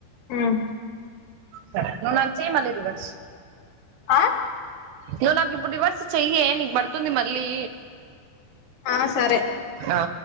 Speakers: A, on the left; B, on the right.
A: హ్మ్
B: సరే నువ్ నాక్ చేయి మళ్లీ రివర్స్
A: ఆ
B: నువ్వు నాకు ఇప్పుడు రివర్స్ చెయ్యే నీకు బడుతుంది మళ్ళీ
A: ఆ సరే
B: ఆ